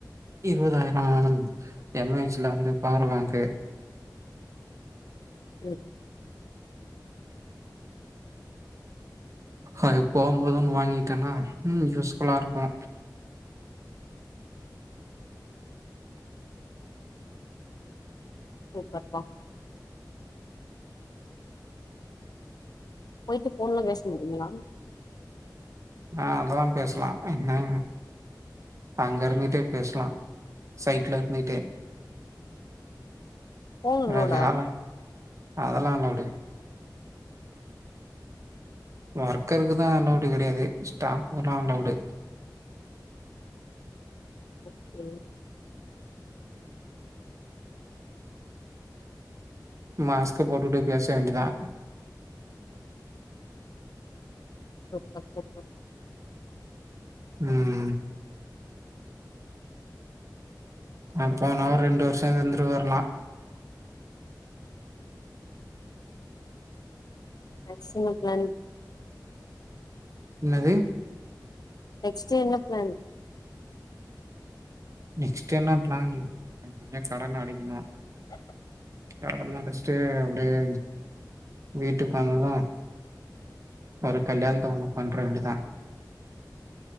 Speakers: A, on the right (about 45°); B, on the left (about 60°).
A: இருவதாயிரோ எம்ஏஹச் ல வந்து பவரு பாங்கு
B: ம்
A: அ போ போது ஒன்னு வாங்கி டனா யூஸ்ஃபுல்லா இருக்கு
B: சூப்பர் பா போயிட்டு ஃபோன்லா பேச முடியுங்களா
A: ஆஹ் அதெல்லா பேசலா என்ன அங்க இருந்துகிட்டே பேசலா சைட்ல இருந்துகிட்டே
B: ஃபோன் அலோடா
A: அ வேல அதுலா அதெல்லா விடு ஒர்க்கருக்கு தா அலவுடு கிடையாது ஸ்டாஃபுக்குல்லா அலவுடு
B: ஓகே
A: மாஸ்க்கு போட்டுட்டு பேச வேண்டியதுதா
B: <unintelligible>
A: ம் அ போன ஒரு ரெண்டு வருஷ இருந்துட்டு வரலா
B: <unintelligible>
A: என்னது
B: நெக்ஸ்டு என்ன பிளான்
A: நெக்ஸ்ட்டு என்ன பிளான் <unintelligible> கடன்ன அடைக்கணு
B: அ <unintelligible>
A: கடன அடிச்சிட்டு அப்டியே வீட்டுகுக்கு வந்தது ஒரு கல்யாணத்த ஒண்ணு பண்ற வேண்டிதா